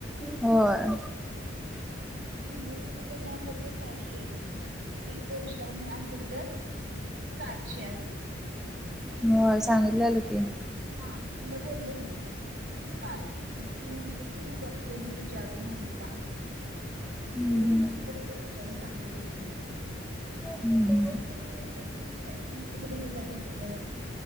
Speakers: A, in the centre; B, on the right (about 70°).
A: होय!
B: युनिव्हर्सिटीकडन असेल तर सहाशे फी पोस्टांन असेल तर? सातशे असं.
A: होय सांगितलेलं की.
B: हा तिलन बोलले मी. काल मग ती म्हणली की बघते मी विचारून मम्मीला. ते
A: हम्म
B: स अ बघतो विचारून सांगतो तुला नंतर म.
A: <inaudible>
B: तो जामणा बाहेर नुकतीच घरी जात होते ग.